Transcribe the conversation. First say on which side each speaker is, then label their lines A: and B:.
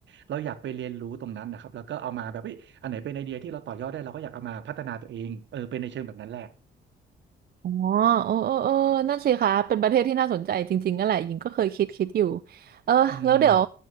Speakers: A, on the right; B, on the right.
A: เราอยากไปเรียนรู้ตรงนั้นนะครับแล้วก็เอามาแบบเอ้ยอันไหนเป็นไอเดียที่เราต่อยอดได้เราก็อยากเอามาพัฒนาตัวเองเออเป็นในเชิงแบบนั้นแหละ
B: อ๋อเออเออเออนั่นสิคะเป็นประเทศที่น่าสนใจจริงๆนั่นแหละหญิงก็เคยคิดคิดอยู่เออแล้วเดี๋ยว
A: อืม